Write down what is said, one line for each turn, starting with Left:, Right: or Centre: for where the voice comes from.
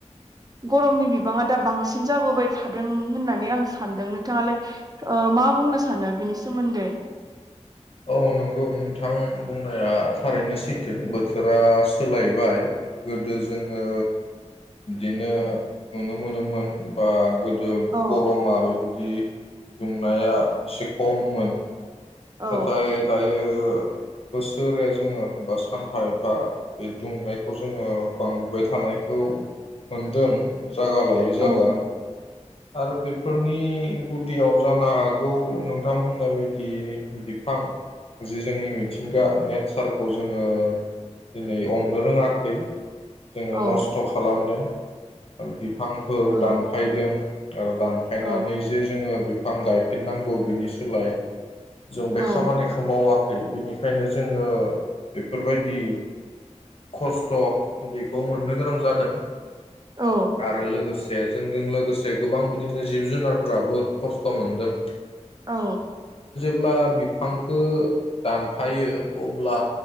Right: गरमनि बिबाङा दा बांसिन जाबोबाय थादों होननानै आं सानदों नोंथाङालाय मा बुंनो सानो बिनि सोमोन्दै
Left: औ नंगौ नोंथां बुंनाया थारैनो सैथो बोथोरा सोलायबाय गोदो जोङो बिदिनो नुनो मोनोमोन बा गोदो
Right: औ
Left: गरमा बेबायदि दुंनाया एसे खममोन
Right: औ
Left: नाथाय दायो बे बोसोरै जोङो बा सानफा एफा बे दुंनायखौ जोङो बांबोाय थानायखौ मोनदों जायगा लायै
Right: औ
Left: जायगा आरो बेफोरनि गुदियाव जानो हागौ नोंथां बुंनाय बायदि बिफां जि जोंनि मिथिंगा नेचारखौ जोङो दिनै अननो रोङाखै जोङो
Right: औ
Left: नस्थ' खालामदों आरो बिबदि बिफांफोर
Right: औ
Left: दानफायदों आरो दानफायनानै
Right: औ
Left: जे जोङो बिफां गायफिननांगौ बिनि सोलाय जों
Right: औ
Left: बे खामानिखौ मावाखै बिनिखायनो जोङो बेफोरबायदि खस्थ' बेखौ मोननो गोनां जादों
Right: औ
Left: आरो लोगोसे जे जोंजों लोगोसे गोबां बिदिनो जिब जुनारफोराबो खस्थ' मोनदों
Right: औ
Left: अब्ला बिफांखो दानफायो अब्ला